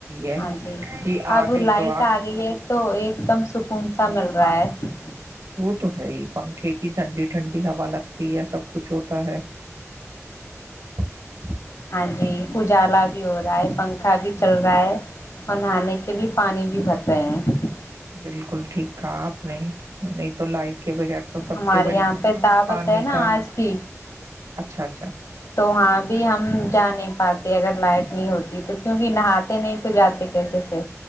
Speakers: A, on the right; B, on the left.
A: ہے
B: ہاں جی
A: کہ آ
B: اب
A: گئی
B: لائٹ
A: تو
B: آ گئی ہے تو ایک دم سکون سا مل <unintelligible> و <inaudible>
A: وہ تو ہے ہی پنکھے کی ٹھنڈی ٹھنڈی ہوا لگتی <unintelligible> یہ سب کچھ ہوتا ہے <unintelligible>
B: ہاں جی اجالا بھی ہو رہا ہے پنکھا بھی چل رہا ہے اور نہانے کے لیے پانی بھی بھرتے ہیں <unintelligible>
A: بالکل ٹھیک کہا آپ نے نہیں تو لائٹ <inaudible> تو سب
B: ہمارے
A: سے بڑی
B: یہاں پہ دعوت
A: پانی
B: ہے نا
A: کا ہی
B: آج بھی
A: اچھا اچھا
B: تو وہاں <unintelligible> اب ہم <unintelligible> جا نہیں پاتے اگر لائٹ نہیں ہوتی تو کیونک نہاتے نہیں تو جاتے کیسے سے